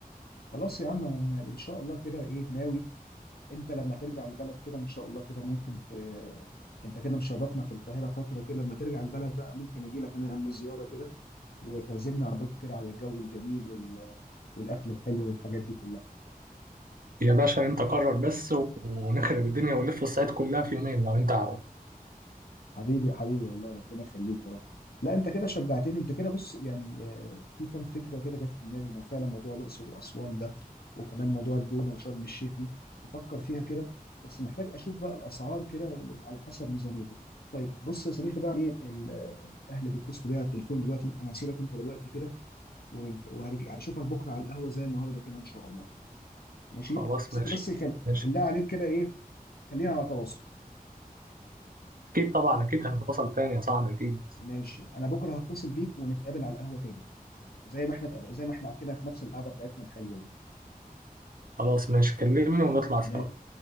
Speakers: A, on the left; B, on the right.
A: خلاص يا عم أنا ان شاء الله كده ايه ناوي انت لما ترجع البلد كده ان شاء الله كده ممكن في انت كده مشرفنا في القاهره فتره كده لما ترجع البلد بقى ممكن اجي لك انا يا عم زياره كده وتعزمنا عندكم كده على الجو الجميل وال... والاكل الحلو والحاجات دي كلها
B: يا باشا انت قرر بس و- ونخرب الدنيا ونلف الصعيد كلها في يومين لو انت عاوز
A: حبيبي حبيبي والله ربنا يخليك يا رب لا انت كده شجعتني انت كده بص يعني آه، في كام فكره كده جت في دماغي مو فعلا موضوع الاقصر واسوان ده وكمان موضوع الجونه وشرم الشيخ دي افكر فيها كده بس محتاج اشوف بقى الاسعار كده على حسب ميزانيتي طيب بص يا صديقي بقى ايه ال- آه، الاهل بيتصلوا بيا على التليفون دلوقتي انا هسيبك انت دلوقتي كده وهنك- وهرجع اشوفك بكره على القهوه زي النهارده كده ان شاء الله ماشي
B: خلاص
A: بس
B: ماشي
A: انت بس خل...
B: ماشي
A: بالله عليك كده ايه خلينا على تواصل
B: اكيد طبعا اكيد هنتواصل تاني يا صاحبي اكيد
A: ماشي انا بكره هتصل بيك ونتقابل على القهوه تاني زي ما احنا اتق- زي ما احنا كده في نفس القعده بتاعتنا الحلوه دي
B: خلاص ماشي كلمني ونطلع
A: ما-
B: سوا